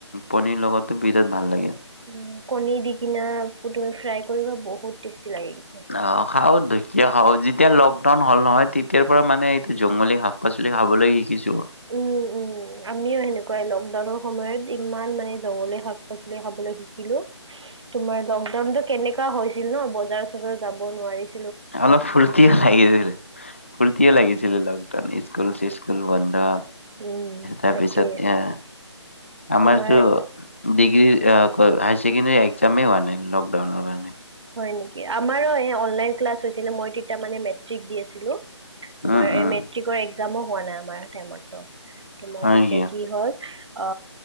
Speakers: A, on the left; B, on the right.
A: পনীৰ লগটো বিৰাট ভাল লাগে।
B: উ কণী দি কিনা পুতৌই ফ্ৰাই কৰিব বহুত টেষ্টি লাগে কিন্তু।
A: অ খাও ঢেকীয়া খাওঁ যেতিয়া লকডাউন হ'ল নহয় তেতিয়াৰ পৰা মানে এইটো জংগলি শাক পাচলি খাবলৈ শিকিছো মই।
B: উম উম আমিও সেনেকুৱাই লকডাউনৰ সময়ত ইমান মানে জংলী শাক পাচলি খাবলৈ শিকিলো তোমাৰ লকডাউনটো কেনে কা হৈছিল ন বজাৰ চজাৰ যাব নোৱাৰিছ-
A: অলপ ফূৰ্তিও লাগিছিলে ফূৰ্তিও
B: উম
A: লাগিছিলে লগ- স্কুল চিস্কুল বন্ধ
B: উম
A: তাৰ
B: তাকে
A: পিছত এ আমাৰতো
B: তোমাৰ
A: ডিগ্ৰীৰ আ কয় হায়াৰছেকেণ্ডাৰী একজামেই হোৱা নাই লকডাউনৰ কাৰণে।
B: হয় নেকি? আমাৰো অনলাইন ক্লাছ হৈছিলে মই তেতিয়া মানে মেট্ৰিক দি আছিলো। তোমাৰ
A: উম, উম,
B: এই মেট্ৰিকৰ একজামো হোৱা নাই আমাৰ টাইমতো। তোমাৰ
A: হয়
B: তেতিয়া
A: নেকি?
B: কি হল অ